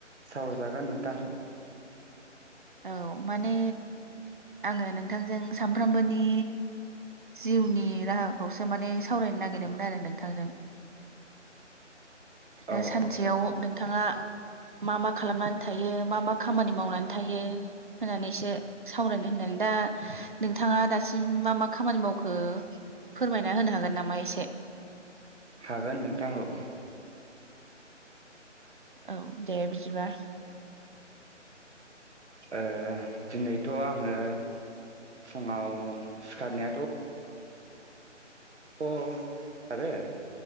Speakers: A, on the right (about 65°); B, on the right (about 45°).
A: सावरायजागोन नोंथां
B: औ माने आङो नोंथांजों सानफ्रामबोनि जिउनि राहा खौसो माने सावरायनो नागिरदोंमोन आरो नोंथांजों दा
A: औ
B: सानसेयाव नोंथाङा मा मा खालामनानै थायो मा मा खामानि मावनानै थायो होननानैसो सावरायनो होननानै दा नोंथाङा दासिम मा मा खामानि मावखो फोरमायना होनो हागोन नामा एसे
A: हागोन नोंथां औ
B: औ दे बिदिबा
A: ओ दिनैथ' आङो फुङाव सिखारनायाथ' अ सिखारो